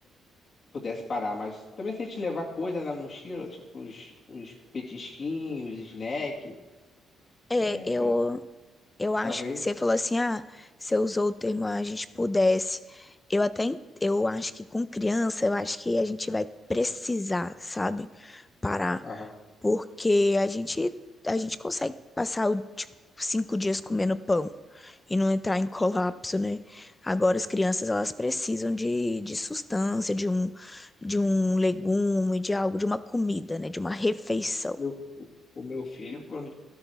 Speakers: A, on the left; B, on the left.
A: pudesse parar, mas também se a gente levar coisa na mochila, tipo os, os petisquinhos, snack,
B: É,
A: é,
B: eu,
A: sei lá,
B: eu acho
A: talvez
B: que você falou assim, ah, você usou o termo a gente pudesse. Eu até, en- eu acho que com criança, eu acho que a gente vai precisar, sabe? Parar
A: aham.
B: Porque a gente, a gente consegue passar o, tipo, cinco dias comendo pão e não entrar em colapso, né? Agora as crianças elas precisam de, de sustância, de um, de um legume, de algo, de uma comida, né? De uma refeição.
A: Meu- o meu filho quando-